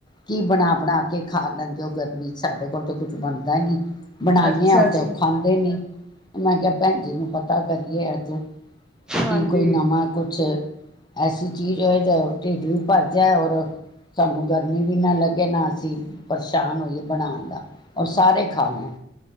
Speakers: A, on the left; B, in the centre.
A: ਕੀ ਬਣਾ-ਬਣਾ ਕੇ ਖਾ ਲੈਂਦੇ ਹੋ ਗਰਮੀ 'ਚ ਸਾਡੇ ਕੋਲ ਤਾਂ ਕੁਛ ਬਣਦਾ ਹੀ ਨੀ। ਬਣਾਨੇ
B: ਅੱਛਾ
A: ਆ ਤੇ
B: ਜੀ
A: ਉਹ ਖਾਂਦੇ ਨੀ। ਮੈਂ ਕਿਹਾ ਭੈਣ ਜੀ ਨੂੰ ਪਤਾ ਕਰੀ ਇਹ ਅੱਜ
B: ਹਾਂਜੀ
A: ਕਿ ਕੋਈ ਨਵਾਂ ਕੁਛ ਐਸੀ ਚੀਜ਼ ਹੋਏ ਜਾ ਢਿੱਡ ਵੀ ਭਰ ਜਾਏ ਔਰ ਸਾਨੂੰ ਗਰਮੀ ਵੀ ਨਾ ਲੱਗੇੇ ਨਾ ਅਸੀਂ ਪਰੇਸ਼ਾਨ ਹੋਈਏ ਬਣਾਣ ਦਾ ਔਰ ਸਾਰੇ ਖਾ ਲੇਨ।